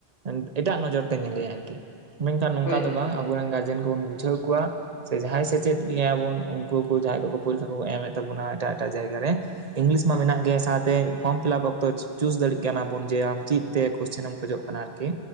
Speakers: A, on the right (about 40°); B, on the left (about 55°).
A: ᱮᱸ ᱮᱴᱟᱜ ᱱᱚᱡᱚᱨ ᱛᱮ ᱧᱮᱞᱮᱭᱟ ᱟᱨᱠᱤ᱾ ᱢᱮᱝ ᱠᱷᱟᱱ ᱱᱚᱝᱠᱟ
B: ᱦᱳᱭ ᱜᱚᱝᱠᱮ
A: ᱫᱚ ᱵᱟᱝ
B: ᱦᱳᱭ
A: ᱟᱵᱚ ᱨᱤᱱ ᱜᱟᱨ- ᱡᱮᱱ ᱠᱚᱵᱚᱱ ᱵᱩᱡᱷᱟᱹᱣ ᱠᱚᱣᱟ ᱥᱮ ᱡᱟᱦᱟᱸᱭ ᱥᱮᱪᱮᱫ ᱜᱮᱭᱟ ᱵᱚᱱ ᱩᱱᱠᱩ ᱠᱚ ᱡᱟᱦᱟᱸᱭ ᱠᱚᱠᱚ ᱯᱩᱭᱞᱩ ᱛᱮ ᱠᱚ ᱮᱢᱮᱫ ᱛᱟᱵᱚᱱᱟ ᱮᱴᱟᱜ ᱮᱴᱟᱜ ᱡᱟᱭᱜᱟ ᱨᱮ ᱤᱸᱜᱽᱞᱤᱥ ᱢᱟ ᱢᱮᱱᱟᱜ ᱜᱮ ᱥᱟᱶᱛᱮ ᱯᱷᱚᱸᱢ ᱯᱷᱤᱞᱟᱯ ᱚᱠᱛᱚᱪ- ᱪᱩᱥ ᱫᱟᱹᱲᱤᱜ ᱠᱟᱱᱟ ᱵᱚᱱ ᱡᱮ ᱟᱢ ᱪᱤᱫ ᱛᱮ ᱠᱚᱥᱪᱟᱱ ᱮᱢ ᱠᱷᱚᱡᱚᱜ ᱠᱟᱱᱟ ᱟᱨᱠᱤ,